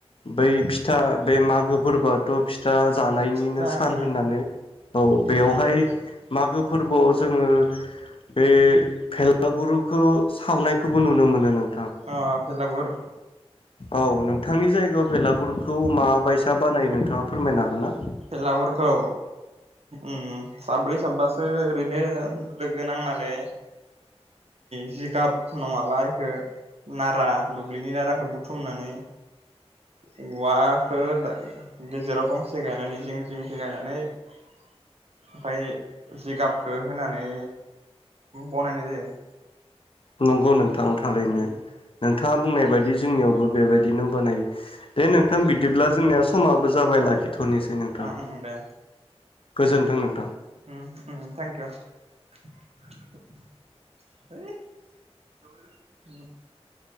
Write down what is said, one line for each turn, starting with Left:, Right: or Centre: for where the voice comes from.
Left: बै फिथा बे मागो फोरबोथ' फ फा जानायनिनो
Right: फिथा
Left: सान
Right: उम
Left: होननानै औ बेयावहाय
Right: उम
Left: मागो फोरबोआव जोङो बे फेल ा <inaudible> गुरुखौ सावनायखौबो नुनो मोनो नों।
Right: अ फेलागुर
Left: औ नोंथांनि जायगायाव भेलागुर खौ माबायसा बानायो नोंथाङा फोरमायनो हागोन ना?
Right: बेलागुरखौ उम साब्रै साबासो ओरैनो लोगो नांनानै जि गाब नङाबा बेखौ नारा दुब्लिनि नाराखौ बह बुथुमनानै औवाखौ गेजेराव फांसे गायनानै जिं जिं जिं गायनानै ओमफाय जिगाबखौ होनानै बनायनाय जायो।
Left: नंगौ नों थां थारैनो
Right: उम
Left: नोंथाङा बुंनाय बायदि जोंनियावबो। बेबायदिनो बानायो। दे नोंथां बिदिब्ला। जोंनिया समाबो जाबाय लाखिथनोसै
Right: उम
Left: नोंथां।
Right: ओं दे
Left: गोजोन्थों नों
Right: उम उम थेंकइउ <unintelligible>